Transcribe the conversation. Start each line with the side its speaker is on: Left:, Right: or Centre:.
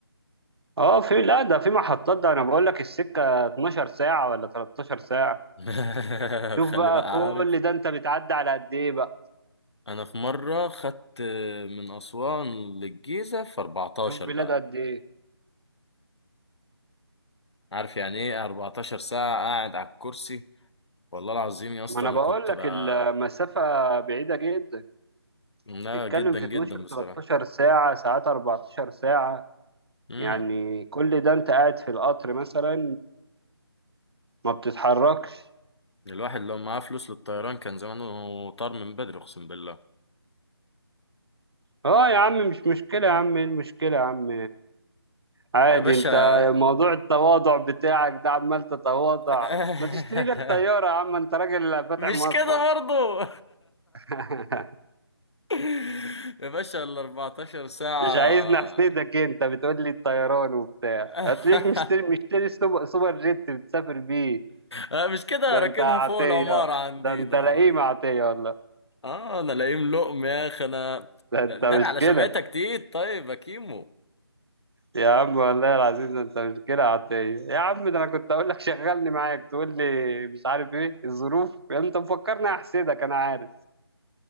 Right: اه في لا ده في محطات ده انا بقول لك السكه 12 ساعه ولا 13 ساعه
Left: <laughs>
Right: شوف
Left: خلي
Right: بقى
Left: بقى
Right: كل
Left: عارف
Right: ده انت بتعدي على قد ايه بقى
Left: انا في مره خدت من اسوان للجيزه في 14
Right: شوف بلاد
Left: بقى
Right: قد ايه
Left: عارف يعني ايه 14 ساعه قاعد على الكرسي والله العظيم يا اسطى
Right: ما انا
Left: انا
Right: بقول
Left: كنت
Right: لك
Left: بقى
Right: المسافه بعيده جدا
Left: لا
Right: تتكلم
Left: جدا
Right: في
Left: جدا
Right: 12
Left: بصراحة
Right: 13 ساعه ساعات 14 ساعه
Left: امم
Right: يعني كل ده انت قاعد في القطر مثلا ما بتتحركش
Left: الواحد لو معاه فلوس للطيران كان زمانه طار من بدري اقسم بالله
Right: اه يا عم مش مشكله يا عم ايه المشكله يا عم عادي
Left: يا باشا
Right: انت موضوع التواضع بتاعك ده عمال تتواضع
Left: <laughs>
Right: ما تشتري لك طيارة يا عم انت راجل فاتح
Left: مش
Right: مصنع
Left: كده برضو
Right: <laughs>
Left: <laughs> يا باشا ال 14 ساعة
Right: مش عايز نحسدك انت بتقول لي الطيران وبتاع
Left: <laughs>
Right: هتلاقيك مشتري مشتري سوبر, سوبر جيت بتسافر بيه
Left: أنا مش كده
Right: ده
Left: راكنها
Right: انت عطية
Left: فوق العمارة عندنا
Right: ده انت لئيم
Left: يا راجل
Right: عطية والله
Left: اه انا لاقيم لقم يا اخي انا
Right: ده
Left: ده
Right: انت مش
Left: على
Right: كده
Left: شمعتك تيت طيب يا كيمو
Right: يا عم والله العظيم ده انت مش كده عطية يا عم ده انا كنت اقول لك شغلني معاك تقول لي مش عارف ايه الظروف انت مفكرني احسدك انا عارف